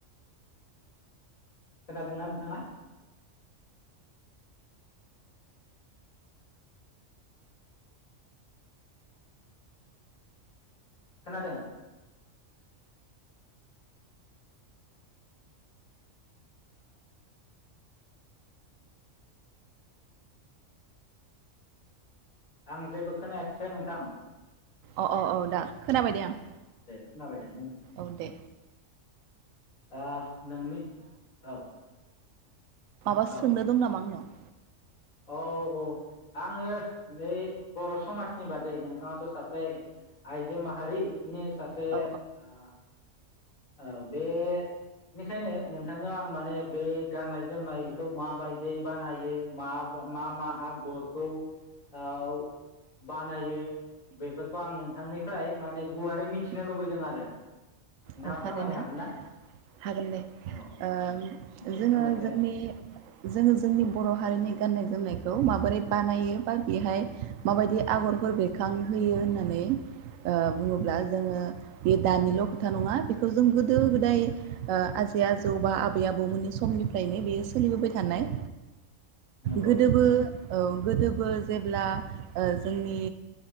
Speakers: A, on the left (about 80°); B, on the right (about 80°).
A: खोनादोंना नोंथाङा? खोनादों आं जेबो खोनायाखिसै नोंथां
B: अ अ औ दा खोनाबाय दे आं
A: खोनाबायदे
B: औ दे
A: ओ नोंनि औ
B: माबा सोंनो
A: औ
B: दं नामा आंनाव
A: औ औ आङो नै बर समाजनि बागै नोंथाङाथ सासे आइजो माहारि नि सासे ओ
B: औ
A: औ बे निखायनो नोंथांनियाव आं माने बे गाननाय जोमनायखौ माबायदि बानायो मा मा मा आगरखौ ओव बानायो बेफोरखौ आं नोंथांनिफ्राय माने गुवारै मिथिनो
B: उम,
A: लुबैदों आरो नोंथाङा
B: औ थारैनो
A: फोरमायनो हागोन ना
B: हागोन दे
A: औ
B: ओ
A: दे
B: जोङो
A: फोरमायसाय
B: जोंनि जोङो जोंनि बर हारिनि गाननाय जोमनाय खौ माबोरै बानायो बा बेहाय माबायदि आगरफोर बेरखांहोयो होननानै ओ बुङोब्ला जोङो बे दानिल खोथा नङा बेखौ जों गोदो गोदाय ओ आजै आजौ बा आबै आबौमोननि समनिफ्रायनो बेयो सोलिबोबाय थानाय
A: नंगौ
B: गोदोबो औ गोदो बो जेब्ला ओ जोंनि